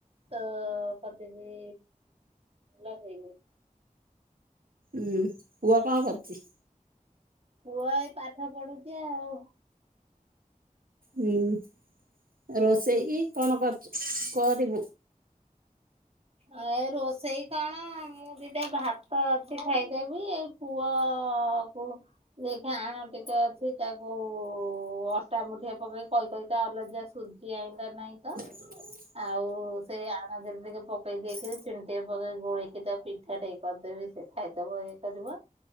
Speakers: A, on the right; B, on the right.
A: ତ କତିକି ଲଗେଇଲି।
B: ଉଁ ପୁଅ କଣ କରୁଚି?
A: ପୁଅ ଏଇ ପାଠ ପଢୁଛି ଆଉ।
B: ହୁଁ ରୋଷେଇ କଣ କରଛ କରିବୁ?
A: ଏ ରୋଷେଇ କଣ ମୁଁ ଦିଟା ଭା ତ ଅଛି ଖାଇଦେବି ଏଇ ପୁଅକୁ ଦେଖି ଆଣ ଟିକେ ଅଛି ତା ହଉ ଅଟା ମୁଠିଏ ପକେଇ କହି କହି ତ ଅଲଜ୍ୟା ସୁଜି ଆଇଁଲା ନାହିଁ ତ।
B: ହ
A: ଆଉ ସେ ଆଣ ଯେଦି ଟିକେ ପକେଇ ଦେଇକରି ଚିନି ଟିକେ ପକେଇ ଗୋଳେଇକି ତାକୁ, ପିଠା ଟାଏ କରିଦେବି ସେ ଖାଇଦବ ଇଏ କରିବ।